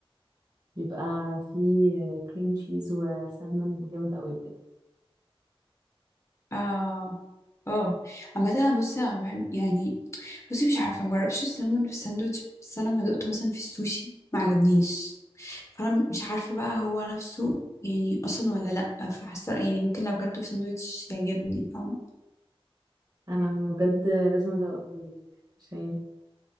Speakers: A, on the right; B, on the left.
A: بيبقى فيه كريم تشيز وسالمون جامد قوي بجد
B: اه اه عامة انا بصي انا بحب يعني بصي مش عارفة مجربش السلمون في الساندوتش بس انا لما دقته مثلا في السوشي ما عجبنيش فانا مش عارفة بقى هو نفسه يعني اصلا ولا لأ فحاسة يعني ممكن لو اكلته في ساندوتش يعجبني فاهمة؟
A: أنا بجد لازم أدوقهولك عشان